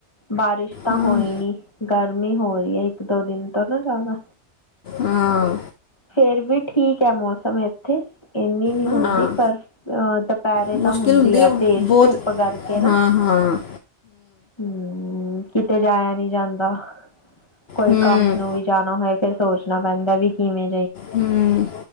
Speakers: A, on the left; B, on the left.
A: ਬਾਰਿਸ਼ ਤਾਂ
B: ਹਾਂ
A: ਹੋਈ ਨਹੀਂ ਗਰਮੀ ਹੋ ਰਹੀ ਹੈ। ਇੱਕ ਦੋ ਦਿਨ ਤੋਂ ਨਾ ਜ਼ਿਆਦਾ।
B: ਹਾਂ।
A: ਫੇਰ ਵੀ ਠੀਕ ਹੈ। ਮੌਸਮ ਇਥੇ ਇਨੀ ਨੀ
B: ਹਾਂ
A: ਹੁਦੀ
B: ਹਾਂ
A: ਪਰ ਅ ਦੁਪਹਿਰੇ
B: ਮੁਸ਼ਕਿਲ
A: ਤਾਂ ਹੁਦੀ
B: ਹੁੰਦੀ
A: ਆ
B: ਹੈ
A: ਤੇਜ
B: ਬਹੁਤ
A: ਧੁੱਪ ਕਰਕੇ ਨਾ
B: ਹਾਂ ਹੂ-
A: ਹਮ ਕਿਤੇ ਜਾਇਆ ਨਹੀ ਜਾਦਾ ਕੋਈ
B: ਹਮ
A: ਕੰਮ ਨੂੰ ਵੀ ਜਾਣਾ ਹੋਏ ਫਿਰ ਸੋਚਣਾ ਪੈਦਾ ਵੀ ਕਿਵੇ
B: ਹੂ